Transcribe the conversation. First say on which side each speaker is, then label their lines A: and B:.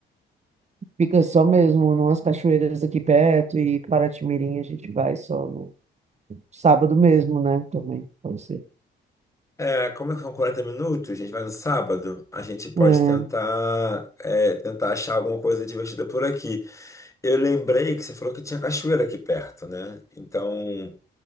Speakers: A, on the right; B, on the left.
A: fica só mesmo numas cachoeiras aqui perto e Paraty-Mirim a gente vai só no sábado mesmo, né? Também, pode ser.
B: É, como são 40 minutos, a gente vai no sábado, a gente pode
A: É,
B: tentar, é, tentar achar alguma coisa divertida por aqui. Eu lembrei que você falou que tinha cachoeira aqui perto, né? Então,